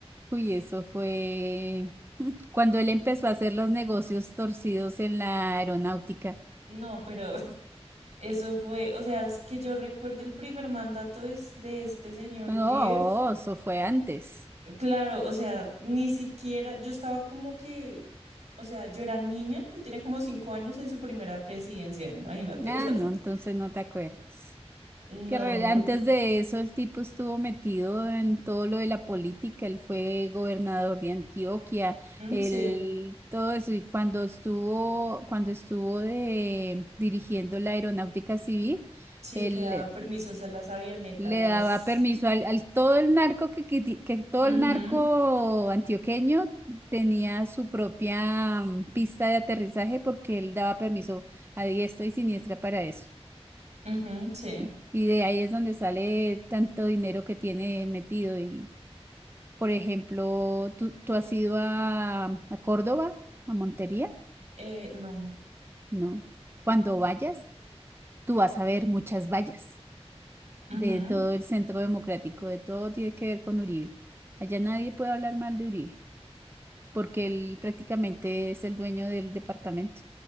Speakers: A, on the right (about 20°); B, on the right (about 85°).
A: Uy, eso fue <laughs> cuando él empezó a hacer los negocios torcidos en la aeronáutica.
B: No, pero <laughs> Eso fue, o sea, es que yo recuerdo el primer mandato es de este señor
A: No,
B: Uribe. f-
A: eso fue antes.
B: Claro, o sea, ni siquiera, yo estaba como que, o sea, yo era niña, yo tenía como cinco años en su primera presidencia, imagínate.
A: Ah,
B: <laughs>
A: no, entonces no te acuerdas.
B: No,
A: Que re- antes
B: lo, ujú,
A: de eso el tipo estuvo metido en todo lo de la política. Él fue gobernador de Antioquia, él,
B: sí,
A: todo eso. Y cuando estuvo, cuando estuvo de, dirigiendo la aeronáutica civil,
B: sí
A: él
B: que daba permisos a las avionetas.
A: le daba permiso al, al todo el narco que, que, ti- que todo
B: mhm,
A: el narco antioqueño tenía su propia mm, pista de aterrizaje porque él daba permiso a diestro y siniestra para eso.
B: mhm, sí.
A: Y, y de ahí es donde sale tanto dinero que tiene metido. Y, por ejemplo, ¿tú, tú has ido a, a Córdoba, a Montería?
B: Eh, no,
A: No. Cuando vayas, tú vas a ver muchas vallas.
B: mhm,
A: de todo el centro democrático, de todo tiene que ver con Uribe. Allá nadie puede hablar mal de Uribe, porque él prácticamente es el dueño del departamento.